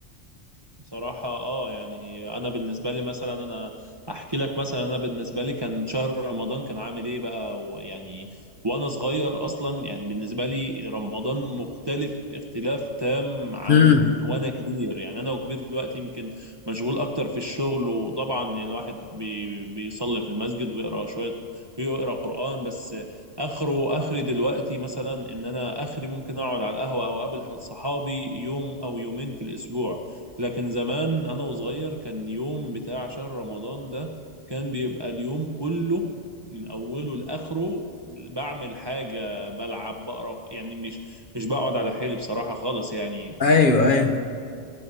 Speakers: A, on the right; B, on the left.
A: بصراحة اه يعني انا بالنسبة لي مثلا انا احكي لك مثلا انا بالنسبة لي كان شهر رمضان كان عامل ايه بقى ويعني وانا صغير اصلا يعني بالنسبة لي رمضان مختلف اختلاف تام عن
B: امم
A: وانا كبير يعني انا وكبير دلوقتي يمكن مشغول اكتر في الشغل وطبعا يعني الواحد بي بيصلي في المسجد ويقرا شوية ويقرا قرآن بس اخره اخري دلوقتي مثلا ان انا اخري ممكن اقعد على القهوة او اقابل صحابي يوم او يومين في الاسبوع لكن زمان انا وصغير كان يوم بتاع شهر رمضان ده كان بيبقى اليوم كله من اوله لاخره بعمل حاجه بلعب بقرا يعني مش مش بقعد على حيلي بصراحه خالص يعني
B: ايوه ايوه